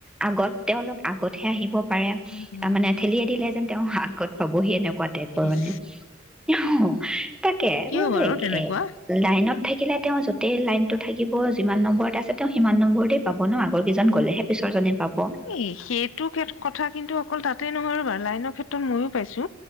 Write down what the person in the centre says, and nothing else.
আগত তেওঁলোক- আগতহে আহিব পাৰে
মানে অ ', ঠেলিয়ে দিলে যেন। তেওঁ <unintelligible> পাবহি এনেকুৱা পোৱা টাইপৰ
মানে অ তাকে
মোৰ
এ লাইনত থাকিলে তেওঁ য' ত, - গোটেই লাইনটো থাকিব, যিমান নম্বৰত আছে তেওঁ সিমান নম্বৰতেই পাব ন ', আগৰকেইজন গ'লেহে পিছৰজনে পাব।